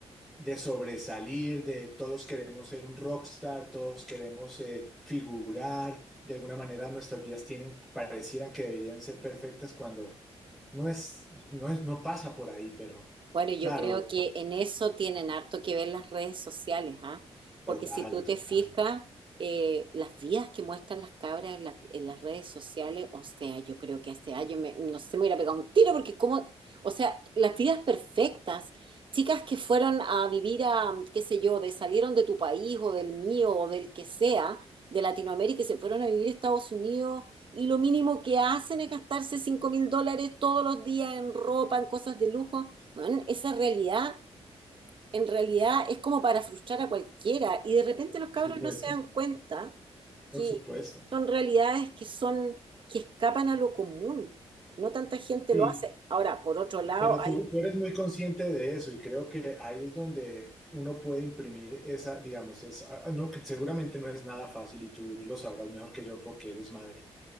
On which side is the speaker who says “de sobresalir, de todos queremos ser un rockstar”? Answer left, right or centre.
Centre